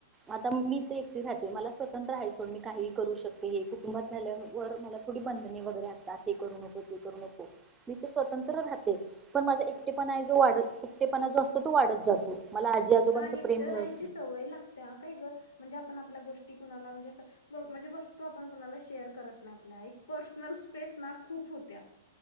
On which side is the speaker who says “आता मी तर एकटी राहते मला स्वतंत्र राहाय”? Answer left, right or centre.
Right